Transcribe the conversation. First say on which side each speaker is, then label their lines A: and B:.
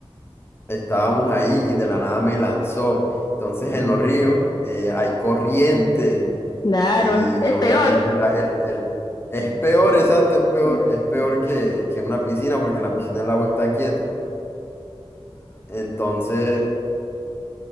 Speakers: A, on the left; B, on the left.
A: estábamos ahí y de la nada me lanzó. Entonces en los ríos eh, hay corriente
B: Claro,
A: y
B: es,
A: eh,
B: es
A: obviamente
B: peor.
A: la- el, el- es peor, exacto, es peor,
B: <laughs>
A: es peor que, que una piscina porque en la piscina el agua está quieta. Entonces